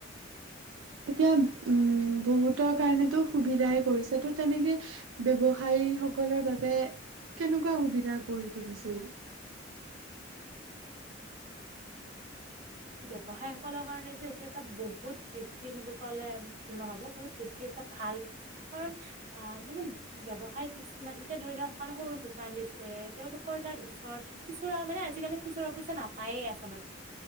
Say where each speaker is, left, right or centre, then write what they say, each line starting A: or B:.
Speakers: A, on the right; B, on the right.
A: এতিয়া উম বহুতৰ কাৰণেতো সুবিধাই কৰিছে তো তেনেকে ব্যৱসায় সকলৰ বাবে কেনেকুৱা সুবিধা গঢ়ি তুলিছে ই
B: <inaudible> ্ৱসায় সকলৰ কাৰণে যে এতি এটা বহুত বেছি ম কলে ভুল নহব বহুত বেছি এটা ভাল কাৰণ আ মানে ব্ৱসায় কিছুমান এতিয়া ধৰি লও এখন সৰু দোকান দিছে তেওঁওলোকৰ তাত ওচৰত খুচৰা মানে আজিকালি খুচৰাৰা পইচা নাপায়েই আচল